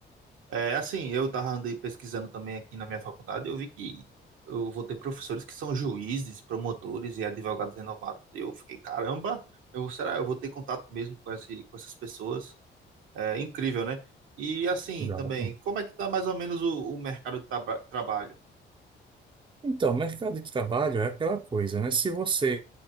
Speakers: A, on the right (about 85°); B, on the right (about 25°).
A: É assim, eu tava andei pesquisando também aqui na minha faculdade, eu vi que eu vou ter professores que são juízes, promotores e advogados renomados. Eu fiquei, caramba, eu será eu vou ter contato mesmo com esse, com essas pessoas? É incrível, né? E assim,
B: Exato.
A: também, como é que tá mais ou menos o, o mercado de traba- trabalho?
B: Então, mercado de trabalho é aquela coisa, né? Se você,